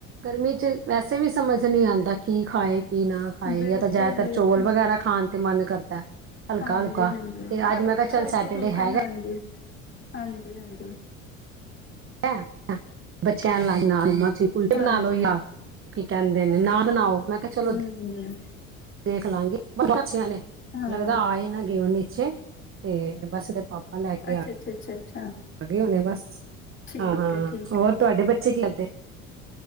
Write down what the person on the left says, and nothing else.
ਬਿਲਕੁਲ
ਬਿਲਕੁਲ
ਹਾਂਜੀ-ਹਾਂਜੀ,
ਹਲਕਾ-ਹਲਕਾ
ਫੁਲਕਾ
ਈ ਹਾਂਜੀ, ਹਾਂਜੀ-ਹਾਂਜੀ।
ਹਾਂਜੀ
ਹੂੰ
ਹਾਂ
ਅੱਛਾ
ਅੱਛਾ ਅੱਛਾ ਅੱਛਾ
ਠੀਕ
ਹੈ ਠੀਕ
ਹੈ